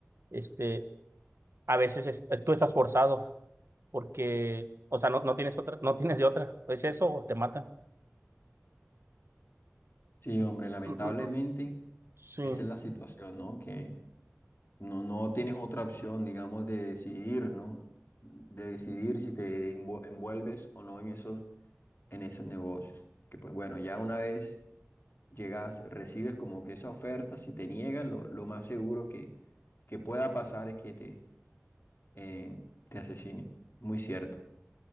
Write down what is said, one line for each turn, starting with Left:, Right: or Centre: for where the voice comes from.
Right: este, a veces es- tú estás forzado porque, o sea, no, no tienes otra, no tienes de otra. Es eso o te matan.
Left: Sí, hombre, lamentablemente
Right: Mm, mm, mm. Sí,
Left: esa es la situación, ¿no? Que No, no tienes otra opción, digamos, de decidir, ¿no? De decidir si te envu- envuelves o no en esos, en esos negocios. Que pues bueno, ya una vez llegas, recibes como que esa oferta, si te niegan, lo, lo más seguro que, que pueda pasar es que te, eh, te asesinen. Muy cierto.